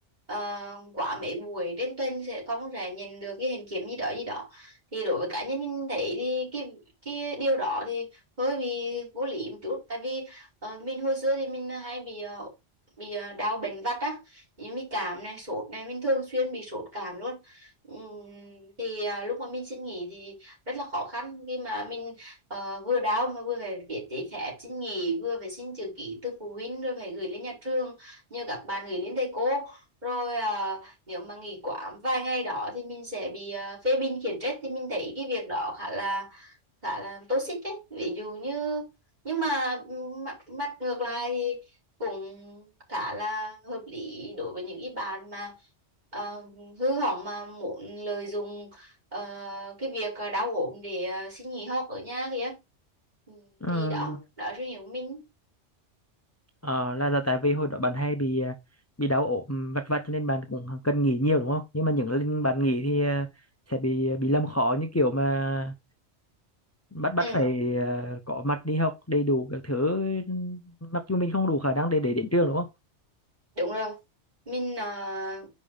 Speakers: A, on the right; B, on the left.
A: uh, quá mấy buổi trên tuần sẽ không sẽ nhận được cái hình kiểm gì đó gì đó thì đối với cá nhân mình thấy thì cái cái điều đó thì hơi bị vô lý một chút tại vì ờ, mình hồi xưa thì mình hay bị ờ, bị ờ, đau bệnh vặt á như bị cảm này sốt này mình thường xuyên bị sốt cảm luôn Ừm, thì à, lúc mà mình xin nghỉ thì rất là khó khăn khi mà mình ờ, vừa đau mà vừa phải viết giấy phép xin nghỉ vừa phải xin chữ ký từ phụ huynh rồi phải gửi lên nhà trường nhờ các bạn gửi lên thầy cô rồi ờ, nếu mà nghỉ quá vài ngày đó thì mình sẽ bị ờ, phê bình khiển trách thì mình thấy cái việc đó khá là khá là toxic đấy ví dụ như nhưng mà mặt, mặt ngược lại thì cũng khá là hợp lý đối với những cái bạn mà ờ, hư hỏng mà muốn lợi dụng Ờ, cái việc ờ, đau ốm để ờ, xin nghỉ học ở nhà kìa ừ,
B: Ừ.
A: thì đó Ừ. đó là suy nghĩ của mình
B: Ờ, là, là tại vì hồi đó bạn hay bị à, bị đau ốm vặt vặt cho nên bạn cũng cần nghỉ nhiều đúng không? Nhưng mà những lần bạn nghỉ thì à, sẽ bị ờ, bị làm khó như kiểu mà bắt bắt
A: ừ,
B: phải à, có mặt đi học đầy đủ các thứ mặc dù mình không đủ khả năng để để đến trường đúng không?
A: đúng rồi mình ờ,